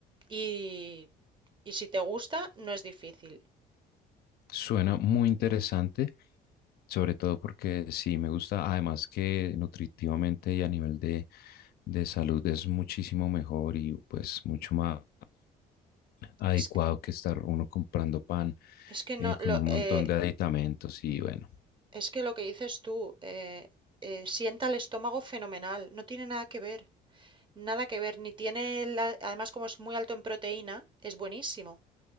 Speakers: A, on the right (about 30°); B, on the left (about 65°).
A: Y, y si te gusta, no es difícil.
B: Suena muy interesante, sobre todo porque sí me gusta, además que nutritivamente y a nivel de, de salud es muchísimo mejor y pues mucho más adecuado
A: Es,
B: que estar uno comprando pan
A: es que no,
B: eh, con
A: lo,
B: un
A: eh,
B: montón de aditamentos y bueno,
A: es que lo que dices tú, eh, eh, sienta el estómago fenomenal, no tiene nada que ver. Nada que ver, ni tiene, la- además como es muy alto en proteína, es buenísimo.